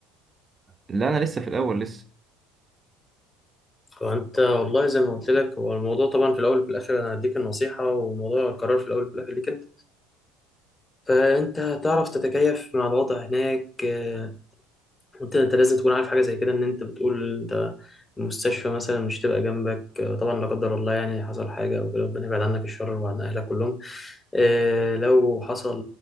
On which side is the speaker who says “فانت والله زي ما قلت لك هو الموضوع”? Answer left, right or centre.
Left